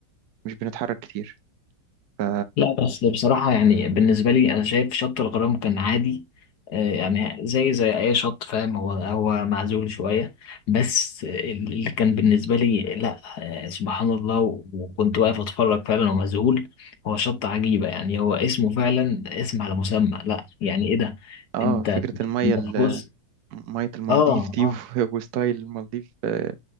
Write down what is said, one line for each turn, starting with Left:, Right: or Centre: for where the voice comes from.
Right: مش بنتحرك كتير ف
Left: لا بس بصراحة يعني بالنسبة لي أنا شايف شط الغرام كان عادي آه، يعني زي زي أي شط فاهم هو هو معزول شوية بس اللي كان بالنسبة لي لا آه، سبحان الله و- وكنت واقف أتفرج فعلا ومذهول هو شط عجيبة يعني هو اسمه فعلا اسم على مسمى لا يعني إيه ده
Right: اه
Left: أنت
Right: فكرة
Left: أنت
Right: المية ال-
Left: في جزء
Right: مية المالديف
Left: آه
Right: دي
Left: آه
Right: و- <laughs> وستايل المالديف آه،